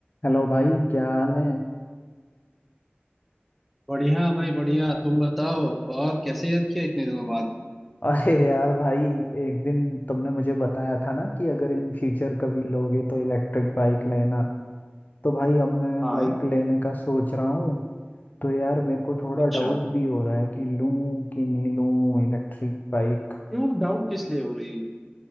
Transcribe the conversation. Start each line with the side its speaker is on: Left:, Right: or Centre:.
Left: Hello भाई क्या हाल है <laughs>
Centre: बढ़िया भाई बढ़िया तुम बताओ और कैसे याद किया इतने दिनों बाद
Left: अरे यार भाई एक दिन तुमने मुझे बताया था ना कि अगर इन फ्यूचर कभी लोगे तो इलेक्ट्रिक बाइक लेना तो भाई अब मैं
Centre: हाँ
Left: बाइक लेने का सोच रहा हूँ तो यार मेरे को थोड़ा
Centre: अच्छा
Left: डाउट भी हो रहा है कि लूँ कि नहीं लूँ इलेक्ट्रिक बाइक
Centre: क्यों डाउट किस लिए हो रही है